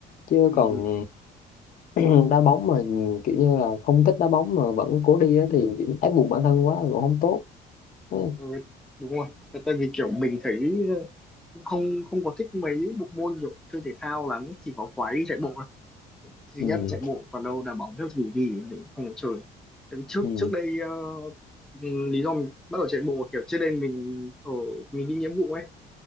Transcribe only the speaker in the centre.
ừ.
Ừ, đúng rồi. Tại tại vì kiểu mình thấy ờ, không không có thích mấy bộ môn kiểu chơi thể thao lắm, chỉ có quái đi chạy bộ thôi. Duy
nhất chạy bộ còn đâu là bóng theo gì thì mình không có chơi. Tại vì trước
trước đây ờ, ừ, lý do mình bắt đầu chạy bộ kiểu trước đây mình ở mình đi nghĩa vụ ấy